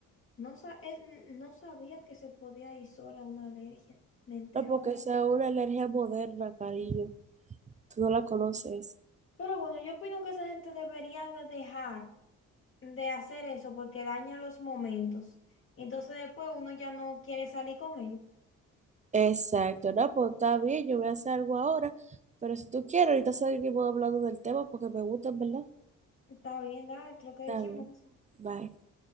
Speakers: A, on the left; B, on the right.
A: No, sa- es- no sabía que se podía ir sola a una alergia. Me entero
B: No, porque
A: ahora.
B: esa es una alergia moderna, cariño. Tú no la conoces.
A: Pero bueno, yo opino que esa gente debería de dejar de hacer eso porque daña los momentos. Entonces después uno ya no quiere salir con ellos.
B: Exacto. No, pues está bien, yo voy a hacer algo ahora. Pero si tú quieres, ahorita seguimos hablando del tema porque me gusta, en ¿verdad?
A: Está bien, dale, creo que
B: Está
A: es chismoso.
B: bien. Bye.